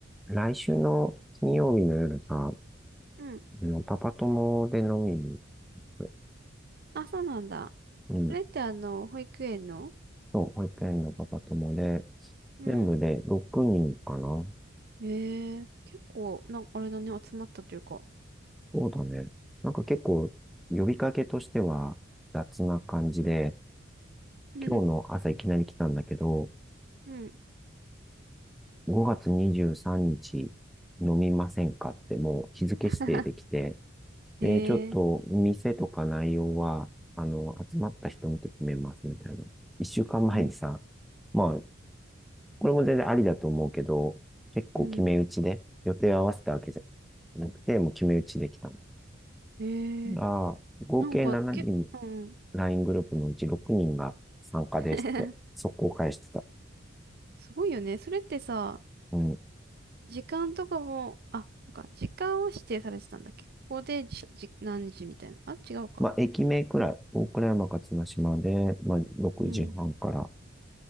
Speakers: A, in the centre; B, on the right (about 50°).
A: 来週の金曜日の夜が、あ
B: うん。
A: の、パパ友で飲みに行く。
B: あ、そうなんだ。
A: うん。
B: それってあの、保育園の
A: そう、保育園のパパ友で、
B: うん。
A: 全部で6人かな。
B: ええ結構、な、あれだね、集まったというか。
A: そうだね。なんか結構、呼びかけとしては雑な感じで、
B: <laughs> うん
A: 今日の朝いきなり来たんだけど、
B: うん。
A: 5月23日飲みませんかってもう日付指定できて、
B: <laughs>
A: で、
B: ええ
A: ちょっと店とか内容は、あの、集まった人見て決めますみたいな。一週間前にさ、
B: うん、
A: まあ、これも全然ありだと思うけど、結構決め打ちで、
B: うん。
A: 予定を合わせたわけじゃなくて、もう決め打ちできたの。
B: ええ
A: ああ、合計7人、
B: なんか、け、うん。
A: LINE グループのうち6人が参加ですって、
B: <laughs>
A: 速攻返してた。
B: すごいよね。それってさ、
A: うん。
B: 時間とかも、あ、そっか、時間を指定されてたんだっけここでじ、じ、何時みたいな。あ、違うか。
A: まあ、駅名くらい、大倉山か綱島で、まあ、6時半から、
B: うん。
A: い